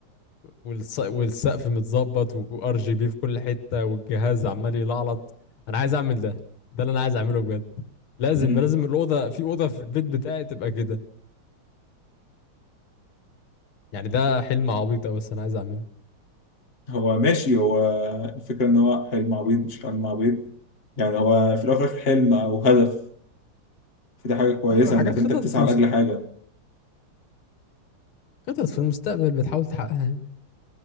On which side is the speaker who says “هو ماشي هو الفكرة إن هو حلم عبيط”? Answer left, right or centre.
Left